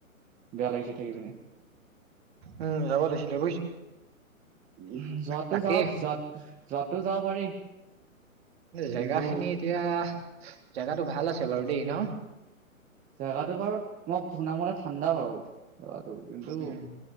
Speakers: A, on the right (about 20°); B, on the right (about 45°).
A: বেয়া লাগিছে থাকিপিনে।
B: উম যাব লাগিছিলে বুজিছ।
A: উম, যোৱাতটো
B: তাকেই
A: যাৱক, যোৱা- যোৱাতটো যাব পাৰি।
B: জেগা
A: কিন্তু
B: খিনি এতিয়া, জেগাটো ভাল আছে বাৰু দেই ন?
A: জেগাতো বাৰু তোমাক শুনামতে ঠাণ্ডা বাৰু। কিন্তু,
B: উম